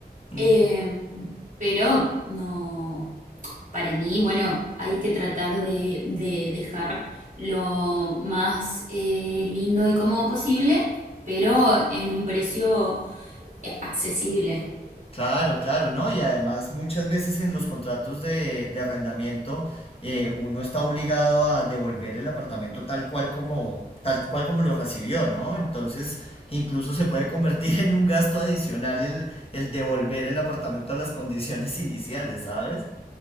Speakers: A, on the left; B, on the right.
A: Mm.
B: Eh, pero no, para mí, bueno, hay que tratar de, de dejar lo más eh, lindo y cómodo posible, pero en un precio eh, accesible.
A: Claro, claro, ¿no? Y además muchas veces en los contratos de, de arrendamiento eh, uno está obligado a devolver el apartamento tal cual como, tal cual como lo recibió, ¿no? Entonces incluso se puede convertir <laughs> en un gasto adicional el, el devolver el apartamento a las condiciones <laughs> iniciales, ¿sabes?